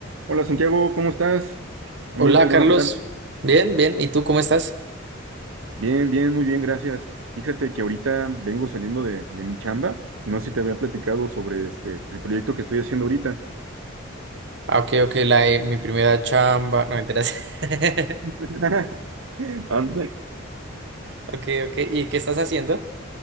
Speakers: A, on the right; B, on the right.
A: Hola Santiago, ¿cómo estás? Amigo,
B: Hola Carlos,
A: buena tarde.
B: bien, bien, ¿y tú cómo estás?
A: Bien, bien, muy bien, gracias. Fíjate que ahorita vengo saliendo de, de mi chamba. No sé si te había platicado sobre este, el proyecto que estoy haciendo ahorita.
B: Ah, ok, ok, la de mi primera chamba, no me enteras. <laughs>
A: <laughs> Ande.
B: Ok, ok, ¿y qué estás haciendo?